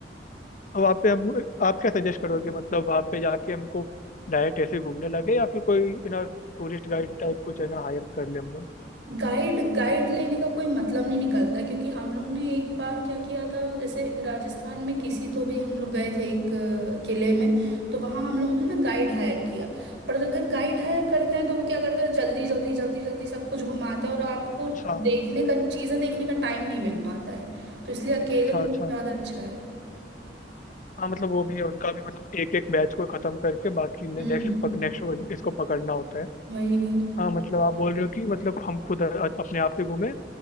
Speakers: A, on the left; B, on the right.
A: अब आप पे हम आप क्या सजेस्ट करोगे मतलब वहाँ पे जाके हमको डायरेक्ट ऐसे घूमने लगे या फिर कोई you know tourist guide type कुछ है ना हायर कर ले हम लोग
B: गाइड गाइड लेने का कोई मतलब नहीं निकलता क्योंकि हम लोग ने एक बार क्या किया था जैसे राजस्थान में किसी तो भी हम लोग गए थे एक अ, किले में तो वहाँ हम लोग ने ना गाइड हायर किया पर अगर गाइड हायर करते हैं तो वो क्या करता है जल्दी जल्दी जल्दी जल्दी सब कुछ घुमाता है और आपको
A: अच्छा
B: देखने का चीज़ें देखने का टाइम नहीं मिल पाता है तो इसलिए अकेले
A: अच्छा
B: घूमना
A: अच्छा
B: ज़्यादा अच्छा है
A: हाँ मतलब वो भी है उनका भी मतलब एक एक बैच को खत्म करके बाकी नेक्स्ट
B: हम्म
A: नेक्स्ट इसको पकड़ना होता है
B: वही वही
A: हाँ मतलब आप बोल रहे हो कि मतलब हम खुद अ- अपने आप से घूमें